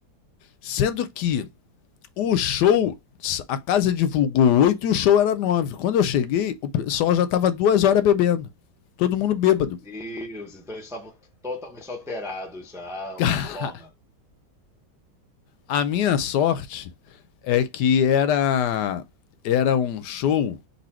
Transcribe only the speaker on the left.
Sendo que o show, a casa divulgou 8 e o show era nove Quando eu cheguei, o pessoal já estava duas horas bebendo. Todo mundo bêbado.
<laughs>
A minha sorte é que era, era um show